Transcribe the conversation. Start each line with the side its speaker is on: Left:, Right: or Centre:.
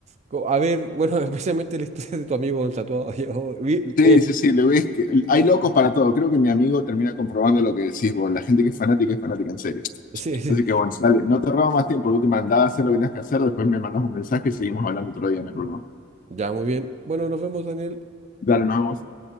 Right: co- a ver, bueno, <laughs> especialmente el estrés de tu amigo con el tatuado. <laughs> yo vi- vi-
Left: Sí,
Right: eh,
Left: sí, sí, le ves que hay locos para todo. Creo que mi amigo termina comprobando lo que decís vos. La gente que es fanática es fanática en serio.
Right: sí, sí,
Left: Así que bueno, dale, no te robo más tiempo. De última, andá a hacer lo que tengas que hacer. Después me mandas un mensaje y seguimos hablando otro día, no hay problema.
Right: ya, muy bien. Bueno, nos vemos, Daniel.
Left: Dale, nos vemos.